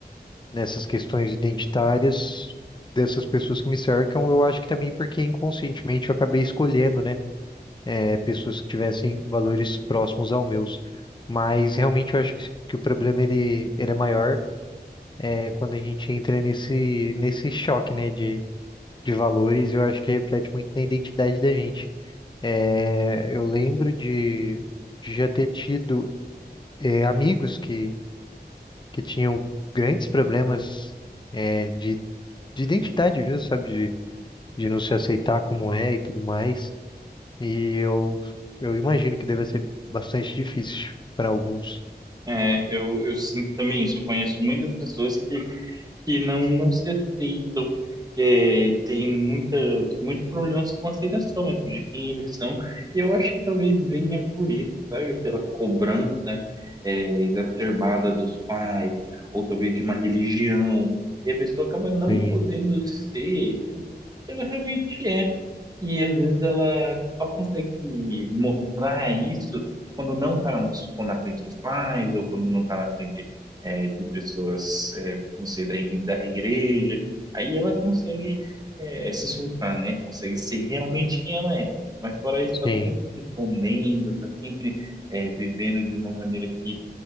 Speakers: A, on the left; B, on the right.
A: nessas questões identitárias dessas pessoas que me cercam. Eu acho que também porque inconscientemente eu acabei escolhendo, né? pessoas que tivessem valores próximos aos meus. Mas realmente eu acho que, que o problema ele, ele é maior é quando a gente entra nesse, nesse choque, né, de, de valores, eu acho que reflete muito na identidade da gente. É, eu lembro de, de já ter tido é, amigos que, que tinham grandes problemas é, de, de identidade mesmo, sabe, de, de não se aceitar como é e tudo mais. E eu, eu imagino que deve ser bastante difícil para alguns.
B: É, eu, eu sinto também isso. Eu conheço muitas pessoas que que não, não se aceitam. É, tem muitas, muitos problemas com aceitação mesmo de quem eles são. E eu acho que talvez venha por isso, sabe? Pela cobrança, é, exacerbada dos pais, ou talvez de uma religião. E a pessoa acaba não
A: Sim,
B: podendo ser o que ela realmente é. E às vezes ela só consegue mostrar isso quando não está na frente dos pais, ou quando não está na frente é, de pessoas não sei, da, i- da igreja. Aí ela consegue é, se soltar, né? Consegue ser realmente quem ela é. Mas fora isso,
A: sim,
B: está sempre se escondendo, tá sempre é, vivendo de uma maneira que,